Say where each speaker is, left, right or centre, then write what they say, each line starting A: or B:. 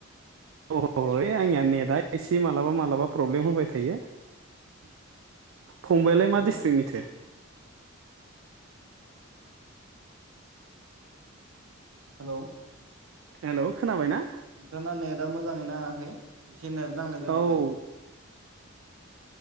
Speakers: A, on the right (about 70°); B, on the right (about 80°).
A: अओ आंनिया नेटआ एसे मालाबा मालाबा प्रब्लेम होबाय थायो। फंबायलाय
B: नोंथाङा
A: मा डिस्ट्रिक्टनिथो?
B: हेलौ
A: हेल खोनाबाय ना?
B: नोंथा ना नेद दा मोजाङैनो नाङाखै इसे नेद नांनाय जायगायाव
A: औ
B: थाहोयदो